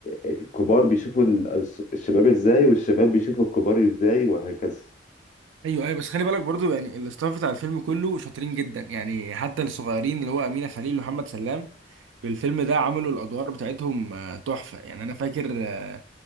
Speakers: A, on the left (about 40°); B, on the right (about 80°).
A: الكبار بيشوفوا ال- الشباب ازاي والشباب بيشوفوا الكبار ازاي وهكذا
B: ايوه ايوه بس خلي بالك برضو يعني الاستاف بتاع الفيلم كله شاطرين جدا يعني حتى الصغيرين اللي هو امينه خليل ومحمد سلام الفيلم ده عملوا الادوار بتاعتهم آه، تحفه يعني انا فاكر آه،